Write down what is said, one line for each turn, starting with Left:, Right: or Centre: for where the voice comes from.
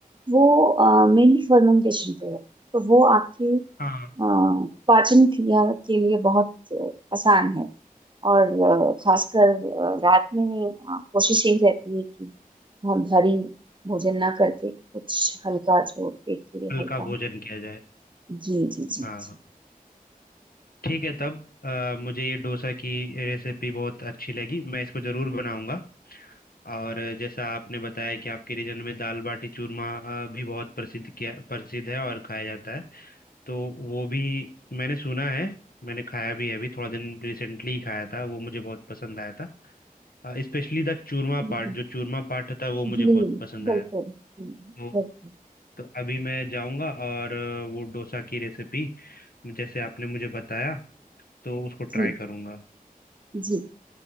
Right: वो मेनली फर्मेंटेशन पे है तो वो आपके अ,
Left: हाँ हाँ,
Right: पाचन क्रिया के लिए बहुत अ, आसान है और अ, खासकर अ, रात में अ, कोशिश यही रहती है कि बहुत भारी भोजन ना करके कुछ हल्का जो पेट के लिए
Left: हल्का
Right: हल्का
Left: भोजन
Right: हो
Left: किया जाए
Right: जी जी जी
Left: हाँ
Right: जी
Left: हाँ। ठीक है तब अ, मुझे ये डोसा की रेसिपी बहुत अच्छी लगी मैं इसको ज़रूर बनाऊंगा और जैसा आपने बताया कि आपके रीजन में दाल बाटी चूरमा अ, भी बहुत प्रसिद्ध किया प्रसिद्ध है और खाया जाता है तो वो भी मैंने सुना है मैंने खाया भी है अभी थोड़ा दिन रिसेंटली ही खाया था वो मुझे बहुत पसंद आया था स्पेशली द चूरमा
Right: हम्म,
Left: पार्ट जो चूरमा पार्ट होता है वो मुझे
Right: जी
Left: बहुत पसंद
Right: बिल्कुल
Left: आया था।
Right: हम्म,
Left: तो
Right: बिल्कुल
Left: तो अभी मैं जाऊंगा और अ, वो डोसा की रेसिपी जैसे आपने मुझे बताया तो उसको ट्राई
Right: जी
Left: करूंगा
Right: जी